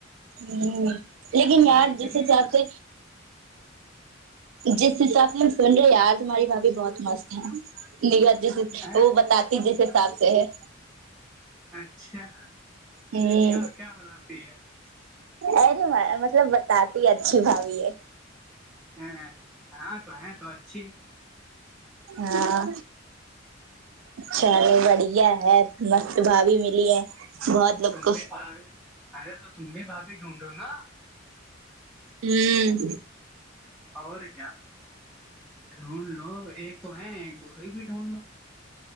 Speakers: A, on the right; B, in the centre.
A: ہوں لیکن یار
B: میں
A: جیسے
B: کسی کے
A: چاہتے جس حساب سے ہم سن رہے ہیں یار تہاری بھابھی بہت مست ہے نگ جس
B: ہ
A: وہ بتات جیس حساب سے ہے
B: اچھا
A: ہ
B: کیا کیا بتاتی ہے
A: ارے مطلب بتاتی اچھی بھاابھی ہے
B: ہاں ہاں تو ہ تو اچھی
A: ہاں چل بڑھیا ہے مست بھا بھیی ملی ہے بہت لوگ
B: تم
A: کو
B: بھی بھاب ارے تو تم بھی بھاابی ڈھونڈو نا
A: ہوں
B: اور کیا ڈھونڈ لو ایک تو ہے ایک دوسریے بھی ڈھونڈ لو